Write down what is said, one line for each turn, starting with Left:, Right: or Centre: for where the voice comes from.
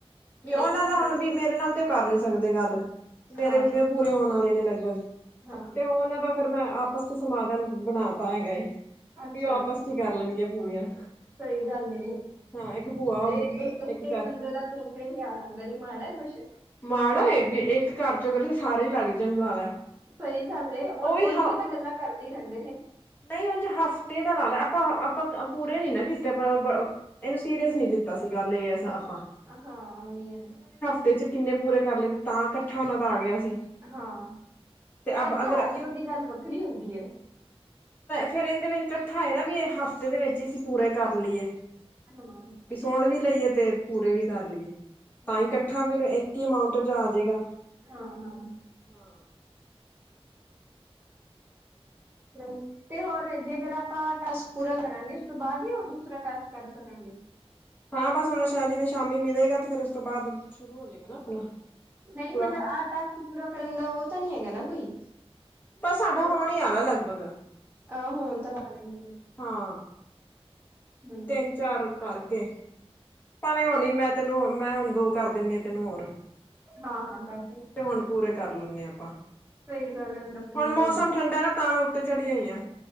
Left: ਵੀ ਉਹਨਾਂ
Right: ਇੱਥੇ
Left: ਦਾ
Right: ਪੂਰੇ
Left: ਹੁਣ ਵੀ ਮੇਰੇ ਨਾਲ ਤੇ ਉਹ ਕਰ ਨੀ ਸਕਦੇ ਗੱਲ।
Right: ਹਾਂ
Left: ਮੇਰੇ ਵੀ ਜਿਵੇਂ ਪੂਰੇ ਹੋਣ ਵਾਲੇ ਨੇ। ਲਗਭਗ
Right: ਹਾਂ
Left: ਤੇ ਉਹਨਾਂ ਦਾ। ਫੇਿਰ ਮੈਂ ਆਪਸ ਚ ਸਮਾਧਾਨ ਬਣਾ ਤਾ ਹੈਗਾ। ਏ
Right: ਅੱਛਾ
Left: ਵੀ ਉਹ ਆਪਸ ਚ ਹੀ ਕਰ ਲੈਣਗੀਆਂ ਪੂਰੀਆਂ।
Right: ਸਹੀ ਗੱਲਏ
Left: ਹਾਂ ਇੱਕ ਭੂਆ
Right: ਜੇ
Left: ਹੋ ਗਈ
Right: ਇੱਕ ਇੱਕ
Left: ਚਾਚੀ
Right: ਬੰਦੇ ਦਾ। ਤਿੰਨ ਤਿੰਨ ਹਜਾਰ ਆਂਦਾ ਏ ਮਾੜਾ ਏ ਕੁੱਛ
Left: ਮਾੜਾ ਏ ਜੇ ਇੱਕ ਘਰ ਚੋਂ ਕਰ। ਸਾਰੇਾ ਹੀ ਲੱਗ ਜਾਣ ਲਾ।
Right: ਸਹੀ ਗੱਲ ਏ। ਉਂਜ
Left: ਉਹ ਹਾਂ
Right: ਵੀ ਤਾਂ ਗੱਲਾਂ ਕਰਦੇ ਹੀ ਰਹਿੰਦੇ ਨੇ।
Left: ਨਹੀਂ। ਉਝ ਹਫ਼ਤੇ ਦਾ ਲ ਲੈ। ਆਪਾਂ ਆਪਾਂ ਪੂਰੇ ਨਾ ਕੀਤੇ। ਇਹਨੂੰ ਸੀਰੀਅਸ ਨਹੀ ਲਿੱਤਾ ਸੀ। ਗੱਲ ਇਹ ਆਪਾਂ।
Right: ਹਾਂ ਓ ਹੀ ਏ।
Left: ਤੇ ਚ ਕਿੰਨੇ ਪੂਰੇ ਕਰ ਲਏ। ਤੇ ਤਾਂ ਇਕੱਠਾ ਉਹਨਾਂ ਦਾ ਆ ਗਿਆ ਸੀ।
Right: ਹਾਂ। ਇਕੱਠਾ
Left: ਤੇ ਅਬ ਅਗਰ
Right: ਆ। ਜੇ ਉਹਦੀ ਗੱਲ ਵੱਖਰੀ ਹੁੰਦੀ ਏ।
Left: ਫ਼ਿਰ ਇਹਦੇ ਇਕੱਠਾ ਏ ਨਾ। ਵੀ ਹਫ਼ਤੇ ਦੇ ਵਿੱਚ ਹੀ ਅਸੀਂ ਪੂਰੇ ਕਰ ਲਈਏ।
Right: ਹਾਂ।
Left: ਵੀ ਸੁਣ ਵੀ ਲਈਏ। ਤੇ ਪੂਰੇ ਵੀ ਕਰ ਲਈਏ।
Right: ਹਾਂ
Left: ਤਾਂ ਹੀ ਇਕੱਠਾ ਫਿਰ ਇੱਕ ਹੀ ਅਮਾਊਂਟ ਚ ਆ ਜਾਏਗਾ।
Right: ਹਾਂ ਹਾਂ
Left: ਹਾਂ।
Right: ਹੂੰ। ਤੇ ਹੋਰ ਜੇਕਰ ਆਪਾਂ ਟਾਸਕ ਪੂਰਾ ਕਰਾਂਗੇ। ਉਸ ਤੋਂ ਬਾਅਦ ਹੀ ਉਹ ਦੂਸਰਾ ਟਾਸਕ ਕਰ ਸਕਾਂਗੇ।
Left: ਹਾਂ। ਬਸ ਹਣ ਸ਼ਾਇ ਜਿਵੇਂ ਸ਼ਾਮੀ ਮਿਲੇਗਾ। ਤੇ ਫ਼ਿਰ ਉਸ ਤੋਂ ਬਾਅਦ ਸ਼ੁਰੂ ਹੋ ਜਾਏਗਾ ਨਾ ਆਪਣਾ।
Right: ਨਹੀਂ।
Left: ਪੂਰਾ
Right: ਮਤਲਬ ਆਹ ਟਾਸਕ ਪੂਰਾ ਕਰਨ ਦਾ ਉਹ ਤਾਂ ਨਹੀ। ਹੈਗਾ ਨਾ ਕੋਈ।
Left: ਪਰ ਸਾਡਾ
Right: ਉਹ
Left: ਆਣ ਈ ਆਾਲਾ ਲਗਭਗ। ਹਾਂ
Right: ਆਹ
Left: <unintelligible>
Right: ਹੋਣ ਤਾਂ ਵਾਲਾ ਹੀ ਹੈ ਹੂੰ-ਹੂੰ
Left: ਤਿੰਨ ਚਾਰ ਕਰਕੇ। ਭਾਵੇਂ ਹੁਣ ਨੀ ਮੈਂ ਤੈਨੂੰ ਮੈਂ ਹੁਣ ਦੋ ਕਰ ਦਿੰਨੀ ਆ ਤੈਨੂੰ ਹੋਰ।
Right: ਹਾਂ ਹਾਂ ਕਰਦੀ ਆ
Left: ਹੁਣ ਪੂਰੇ ਕਰ ਲੈਂਣੇ ਆ ਆਪਾਂ।
Right: ਸਹੀ ਗੱਲ ਆ ਉਦਾ ਫ੍ਰੀ
Left: ਹੁਣ
Right: ਵੀ
Left: ਮੌਸਮ ਠੰਡਾ ਆ ਤਾਂ ਮੈਂ ਉੱਤੇ ਚੜੀ ਹੋਈ ਆ।